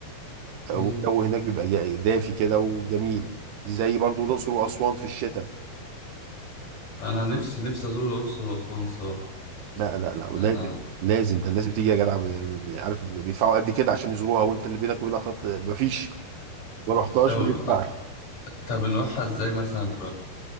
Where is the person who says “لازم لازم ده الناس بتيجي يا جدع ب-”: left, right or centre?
Right